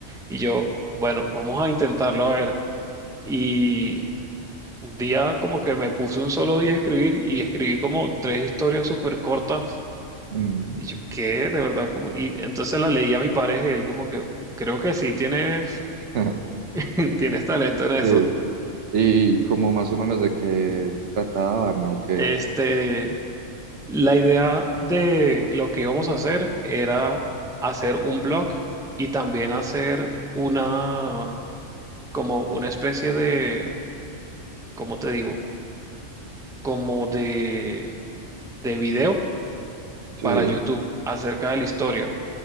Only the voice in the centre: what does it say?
Y yo, bueno, vamos a intentarlo a ver. Y un día como que me puse un solo día a escribir y escribí como tres historias súper cortas.
Y yo, ¿qué? De verdad, como... Y entonces la leí a mi pareja y él como que, creo que sí tienes,
<laughs> tienes talento en eso.
Este... La idea de lo que íbamos a hacer era hacer un blog y también hacer una, como una especie de, ¿cómo te digo? Como de, de video
para YouTube acerca de la historia.